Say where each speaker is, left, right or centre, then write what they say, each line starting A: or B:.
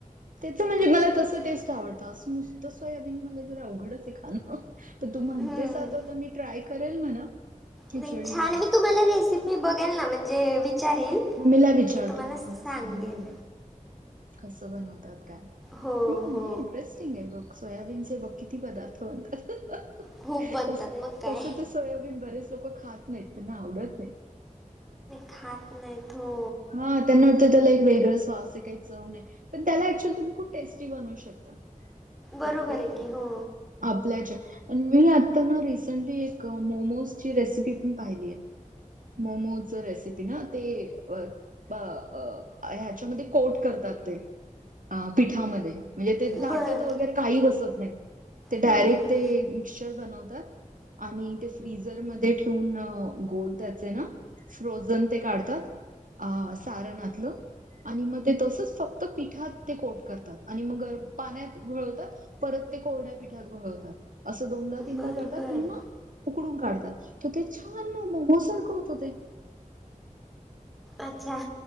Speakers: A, on the right; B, in the centre.
A: त्याच म्हणजे
B: अच्छा
A: मला तस
B: अच्छा
A: टेस्ट आवडतं असं नुसतं सोयाबीन मला जर अवघडचय खाण. तर तू म्हणतेस
B: हम्म.
A: आता तर मी ट्राय करेल म्हणा. खिचडी
B: नाई छान
A: भात.
B: मी तुम्हाला रेसिपी बघेल ना म्हणजे विचारील.
A: मम्मीला विचारतो
B: आणि तुम्हाला
A: म
B: सांगेन
A: मला सांग तु कस बनवतात काय
B: हो
A: हे
B: हो
A: इंटरेस्ट थिंगाय बगं सोयाबीनचे बघ किती पदार्थ बनतात
B: खूप बनतात
A: तस
B: मग काय
A: तस तस सोयाबीन बरेच लोक खात नाहीत. त्यांना आवडत नाही.
B: खात नाहीत. हो.
A: हा. त्यांना वाटतं त्याला एक वेगळाच वास ए. काही चव - नाही. पण त्याला अच्युली तुम्ही खूप टेस्टी बनवू शकता.
B: बरोबर
A: तर ते
B: आहे की हो
A: - आपल्याच्या प मी आता ना रिसेंटली एक मोमोजची रेसिपी पण पाहिली आहे. मोमोजचं रेसिपी ना? ते ह्याच्यामध्ये कोट करतात ते. आं पिठामध्ये. म्हणजे ते
B: बर
A: लाटत वगैरे काही बसत नाही. ते डायरेक्ट
B: हम्म, हम्म, हम्म.
A: ते मिक्चर बनवतात- आणि ते फ्रीझरमध्ये ठेवून, गोल त्याचे ना? फ्रोजन ते काढते- - तात. अ सारण आतलं. आणि मग ते तसच फक्त पिठात ते कोट करतात. आणि मग अ पाण्यात घोळवतात. परत ते कोरड्या पिठात घोळवतात. असं दोनदा तीनदा
B: बर
A: करतात
B: बर
A: आणि मग- उकडून काढतात. तर ते छान मोमो सारखं होतं ते.
B: अच्छा.